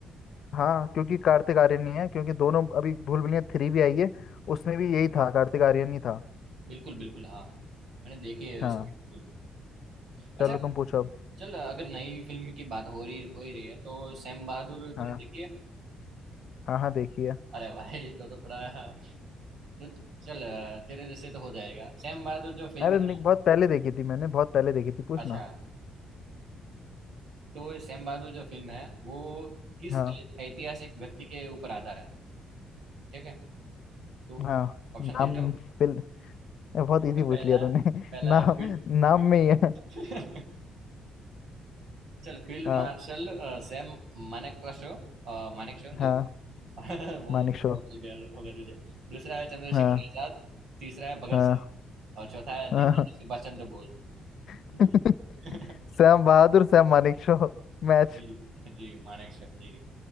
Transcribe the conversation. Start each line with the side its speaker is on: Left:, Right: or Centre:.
Left: हाँ क्योंकि कार्तिक आर्यन ही है क्योंकि दोनों अभी भूल भुलैया थ्री भी आई है उसमें भी यही था कार्तिक आर्यन ही था
Right: बिल्कुल बिल्कुल हाँ मैंने देखी है
Left: हाँ
Right: इसकी फिल्म हाँ।
Left: चलो
Right: अच्छा
Left: तुम पूछो अब
Right: चल अगर नई फिल्म की बात हो रही हो ही रही है तो सैम बहादुर तूने
Left: हाँ
Right: देखी है
Left: हाँ हाँ देखिए
Right: अरे भाई <laughs> तो तो थोड़ा तो चल अ, तेरे जैसे तो हो जाएगा सैम बहादुर जो फिल्म
Left: अरे
Right: है
Left: नहीं,
Right: ना
Left: बहुत पहले देखी थी मैंने बहुत पहले देखी थी पूछना
Right: अच्छा तो सैम बहादुर जो फिल्म है वो किस
Left: हाँ
Right: ऐ- ऐतिहासिक व्यक्ति के ऊपर आधार है ठीक है तो
Left: हाँ
Right: ऑप्शन
Left: नाम
Right: दे रहा हूँ
Left: फिल ए, बहुत इजी
Right: <laughs>
Left: पूछ
Right: पहला
Left: लिया तूने
Right: पहला
Left: <laughs> नाम
Right: फील्ड
Left: नाम में ही है
Right: <laughs> चल फील्ड
Left: हाँ
Right: मार्शल अ, सैम मानेक का शो अ, मानेक शो
Left: हाँ
Right: जो <laughs> वो
Left: मानिक शो
Right: पता चल गया होगा तुझे दूसरा है चंद्रशेखर
Left: हाँ
Right: आजाद तीसरा है भगत
Left: हाँ
Right: सिंह और चौथा है नेताजी
Left: हाँ
Right: सुभाष चंद्र बोस
Left: <laughs>
Right: <laughs>
Left: Sam Bahadur Sam Manekshaw match
Right: जी जी जी, मानेक शो जी